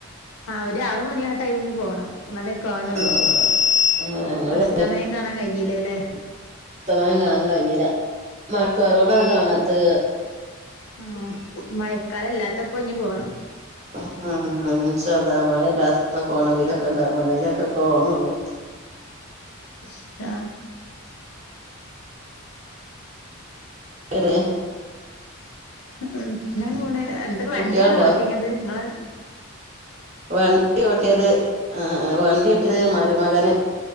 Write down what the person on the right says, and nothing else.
ആഹ് ആഹ് ഞങ്ങള്
അസ്തമായം കാണാൻ കഴിഞ്ഞില്ല മയക്കാർ കൊണ്ടാണ് കാണാത്ത്
ആ ഇൻഷാ അള്ളാ മഴയില്ലാത്തപ്പോ പോണം വെയിലൊക്കെ ഉണ്ടാവുമ്പോ ഇന്നാൽ ഒക്കെ കാണുള്ളൂ
<unintelligible>
കുട്ടികളുണ്ടോ
വണ്ടി ഓട്ടിയത് ആവണ്ടി ഓട്ടിയത് മരുമകന്